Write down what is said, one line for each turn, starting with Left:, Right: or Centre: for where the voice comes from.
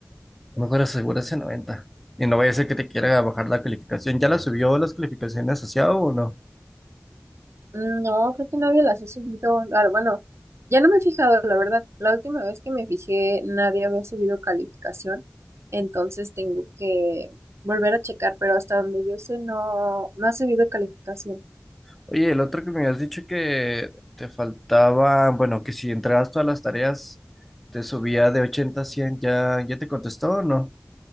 Centre: Mejor asegura ese noventa Y no vaya a ser que te quiera bajar la calificación. ¿Ya la subió las calificaciones asociado o no?
Right: Mm, No, creo que nadie las ha subido, ah, bueno, ya no me he fijado, la verdad, la última vez que me fijé nadie había subido calificación, entonces tengo que volver a checar, pero hasta donde yo sé no, no ha subido calificación.
Centre: Oye, el otro que me habías dicho que te faltaba, bueno, que si entregabas todas las tareas, te subía de 80 a 100. ¿ya, ya te contestó o no?